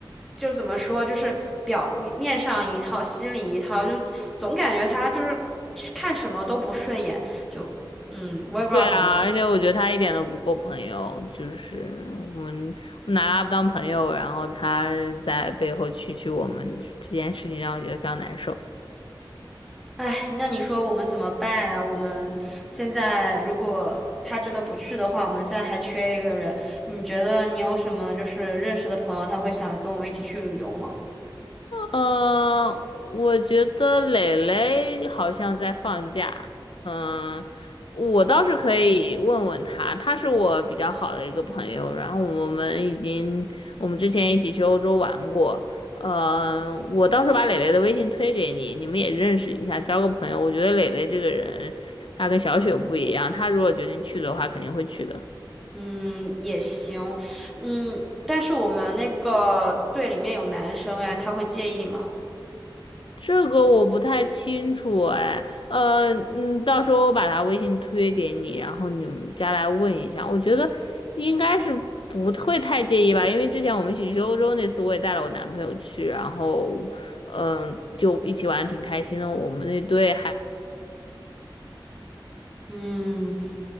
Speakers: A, in the centre; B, on the left (about 80°).
A: 就怎么说，就是表面面上一套，心里一套，就总感觉他就是看什么都不顺眼，就嗯，我也不知道怎么。
B: 对啊，而且我觉得他一点都不够朋友，就是我们我拿他不当朋友，然后他在背后蛐蛐我们这这件事情让我觉得非常难受。
A: 哎，那你说我们怎么办呀？我们现在如果他真的不去的话，我们现在还缺一个人。你觉得你有什么就是认识的朋友，他会想跟我们一起去旅游吗？
B: 嗯，我觉得蕾蕾好像在放假。嗯，我倒是可以问问他，他是我比较好的一个朋友，然后我们已经我们之前一起去欧洲玩过。呃，我到时候把蕾蕾的微信推给你，你们也认识一下，交个朋友。我觉得蕾蕾这个人，她跟小雪不一样，她如果决定去的话，肯定会去的。
A: 嗯，也行。嗯，但是我们那个队里面有男生，哎，他会介意吗？
B: 这个我不太清楚哎，呃嗯，到时候我把他微信推给你，然后你们加来问一下。我觉得应该是不会太介意吧，因为之前我们一起去欧洲那次，我也带了我男朋友去，然后嗯，就一起玩得挺开心的。我们那队还
A: 嗯。